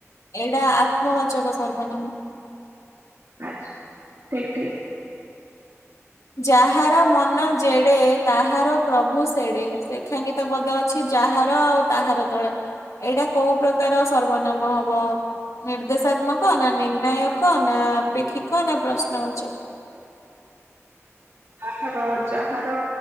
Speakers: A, on the left; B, on the right.
A: ଏଇଟା ଆତ୍ମବାଚକ ସର୍ବନାମ।
B: ଆଚ୍ଛା ଠିକ୍ ଠିକ୍।
A: ଯାହାର ମନ ଜେଡେ ତାହାର ପ୍ରଭୁ ସେଡେ। ରେଖାଙ୍କିିତ ପଦ ଅ ଛି ଯାହାର ଆଉ ତାହାର ତଳେ ଏଇଟା କୋଉ ପ୍ରକାର ସର୍ବନାମ ହ ବ ନିର୍ଦ୍ଦେଶାତ୍ମକ ନା ନିର୍ଣ୍ଣାୟକ ନା ଆପେକ୍ଷିକ ନା ପ୍ରଶ୍ନବାଚକ।
B: ପାଠର ଯାହାର